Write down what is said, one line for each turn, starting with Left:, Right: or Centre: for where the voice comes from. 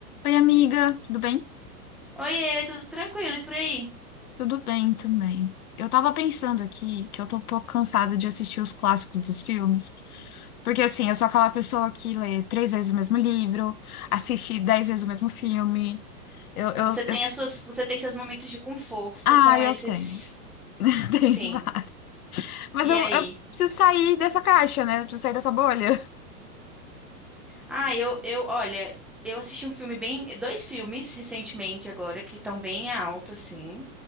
Left: Oi, amiga, tudo bem?
Centre: Oiê, tudo tranquilo e por aí?
Left: Tudo bem também. Eu tava pensando aqui que eu tô um pouco cansada de assistir os clássicos dos filmes. Porque, assim, eu sou aquela pessoa que lê três vezes o mesmo livro, assiste dez vezes o mesmo filme. Eu, eu,
Centre: Você tem
Left: eu...
Centre: as suas, você tem seus momentos de conforto
Left: Ah,
Centre: com
Left: eu
Centre: esses,
Left: tenho. <laughs> Tenho
Centre: sim.
Left: vários. Mas
Centre: E
Left: eu,
Centre: aí?
Left: eu preciso sair dessa caixa, né? Eu preciso sair dessa bolha.
Centre: Ah, eu, eu, olha, eu assisti um filme bem, dois filmes recentemente agora que estão bem alto assim.